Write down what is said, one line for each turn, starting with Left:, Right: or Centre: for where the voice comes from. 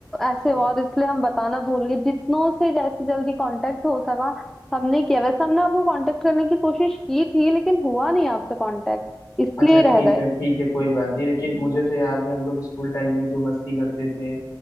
Centre: ऐसे हुआ
Left: ने
Centre: और इसलिए हम बताना भूल गए जितनों से जैसे जल्दी कांटेक्ट हो सका हमने किया वैसे हमने आपको कांटेक्ट करने की कोशिश की थी लेकिन हुआ नहीं आपसे कांटेक्ट इसलिए
Left: अच्छा
Centre: रह
Left: ठीक
Centre: गए
Left: है ठीक है कोई बात नहीं लेकिन मुझे तो याद है हम लोग स्कूल टाइम में जो मस्ती करते थे